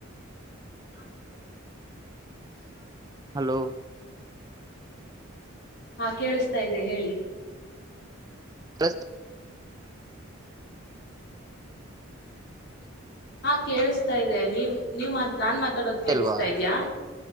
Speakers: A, on the left; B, on the right.
A: <inaudible>
B: ಹಲೋ
A: ಹಾ ಕೇಳಿಸ್ತಾ ಇದೆ ಹೇಳಿ
B: ಸ <inaudible>
A: ಹಾ ಕೇಳಿಸ್ತಾ ಇದೆ ನೀವ್ ನೀವ್ ಮಾತ್ ನಾನ್ ಮಾತಾಡೋದ ಕೇಳಿಸತಾ
B: ಇಲ್ವಾ
A: ಇದ್ಯಾ